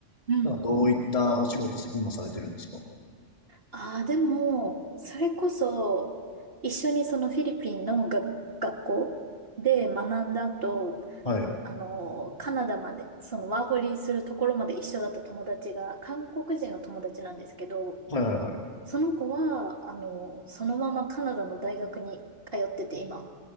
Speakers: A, on the right; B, on the left.
A: うん。
B: なんかどういったお仕事せ今されてるんですか
A: ああ、でも、それこそ、一緒にそのフィリピンの学、学校で学んだ後、
B: はい。
A: あの、カナダまで、そのワーホリするところまで一緒だった友達が、韓国人の友達なんですけど、
B: はいはいはい。
A: その子は、あの、そのままカナダの大学に通ってて、今。